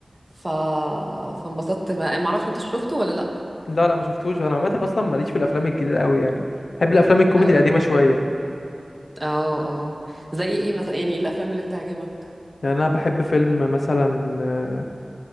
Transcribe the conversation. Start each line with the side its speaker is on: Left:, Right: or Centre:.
Right: ف... فانبسطت بقى ما اعرفش انت شفته ولا لا
Left: لا لا ما شفتوش انا عامة اصلا ماليش في الافلام الجديدة قوي يعني بحب الافلام الكوميدي
Right: اه
Left: القديمة شوية
Right: اه اه زي ايه مثلا يعني ايه الافلام اللي بتعجبك
Left: يعني انا بحب فيلم مثلا آه،